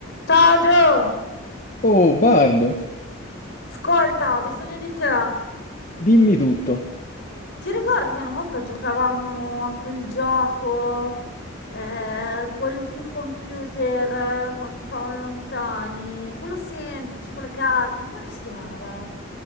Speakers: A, on the left (about 55°); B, on the left (about 35°).
A: Ciao Gio,
B: Oh, Barb,
A: ascolta, ho bisogno di te.
B: dimmi tutto.
A: Ti ricordi che una volta giocavamo a quel gioco, eh, quello sul computer, eh, quando stavamo lontani, quello semplice, con le carte, com'è che si chiamava?